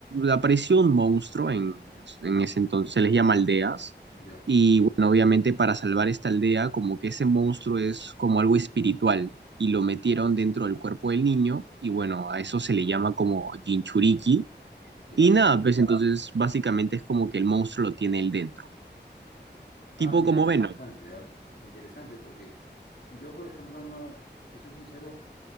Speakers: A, on the right; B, on the left.
A: apareció un monstruo en, en ese entonces, se les llama aldeas,
B: Ya,
A: y bueno, obviamente para salvar esta aldea, como que ese monstruo es como algo espiritual, y lo metieron dentro del cuerpo del niño, y bueno, a eso se le llama como Jinchuriki,
B: ya.
A: y nada, pues entonces básicamente es como que el monstruo lo tiene él dentro,
B: Ah,
A: tipo
B: mira,
A: como
B: interesante,
A: Venom.
B: ¿ah? Interesante porque yo por ejemplo no, te soy sincero.